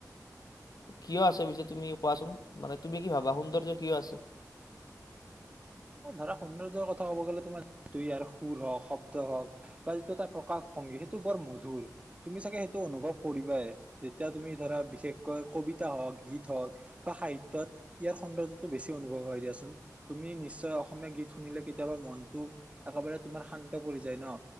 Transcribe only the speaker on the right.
ধৰা সৌন্দৰ্যৰ কথা ক'ব গ'লে তোমাৰ যিটো ইয়াৰ সুৰ হওক, শব্দ হওঁক, বা যিটো এটা প্ৰকাশভংগী সেইটো বৰ মধুৰ। তুমি চাগে সেইটো অনুভৱ কৰিবাই। যেতিয়া তুমি ধৰা বিশেষকৈ কবিতা হওঁক, গীত হওঁক, বা সাহিত্যত ইয়াৰ সৌন্দৰ্যটো বেছি অনুভৱ হয় দিয়াচোন। তুমি নিচ অসমীয়া গীত শুনিলে কেতিয়াবা মনটো একেবাৰে তোমাৰ শান্ত পৰি যায় ন!